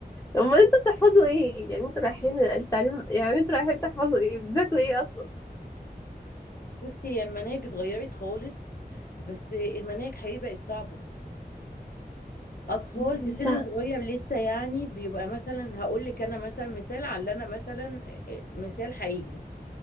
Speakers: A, on the left (about 15°); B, on the left (about 65°).
A: امال انتوا بتحفظوا ايه يعني انتوا رايحين التعليم يعني انتوا رايحين تحفظوا ايه بتذاكروا ايه اصلا
B: بصي هي المناهج اتغيرت خالص بس المناهج حقيقي بقت صعبة أطفال
A: مش
B: في سن
A: ع...
B: صغير لسه يعني بيبقى مثلا هقول لك أنا مثلا مثال على اللي أنا مثلا آه، آه، مثال حقيقي